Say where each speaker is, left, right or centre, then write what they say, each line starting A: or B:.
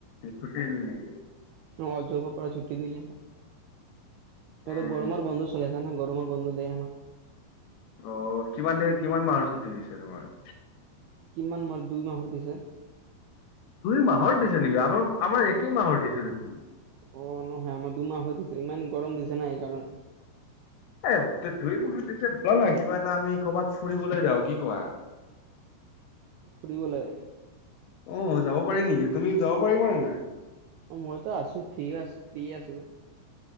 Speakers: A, on the left; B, on the right.
A: ছুটী দিলে নেকি?
B: অঁ, জবৰ পৰা ছুটী দিলে। এতিয়া
A: উম।
B: গৰমৰ বন্ধ চলি আছে। এতিয়া এনেই গৰমৰ বন্ধ দিয়ে আমাক।
A: অঁ, কিমান দেৰি,
B: উম,
A: কিমান মাহৰ ছুটী দিছে তোমাৰ?
B: কিমান মাহ? দুই মাহৰ দিছে।
A: দুই মাহৰ দিছে নেকি? আমাৰ, আমাৰ একেই মাহৰ দিছে দেখোন।
B: অঁ, নহয় আমাৰ দুমাহৰ দিছে। ইমান গৰম দিছে না এইকাৰণে।
A: এ দু দুই মাহৰ দিছে বল না কিবা এটা আমি কৰবাত ফুৰিবলৈ যাওঁ। কি কোৱা?
B: ফুৰিবলে?
A: অঁ, যাব পাৰি নেকি? তুমি যাব পাৰিবা নে নাই?
B: অ, মইতো আছো, ফ্ৰী আছ ফ্ৰী আছোঁ।